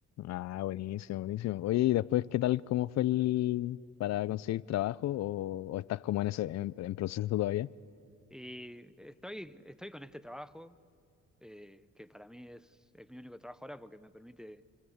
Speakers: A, on the left; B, in the centre.
A: Ah, buenísimo, buenísimo. Oye, y después, ¿qué tal, cómo fue el, para conseguir trabajo o, o estás como en ese, en, en proceso todavía?
B: Y estoy, estoy con este trabajo, eh, que para mí es, es mi único trabajo ahora porque me permite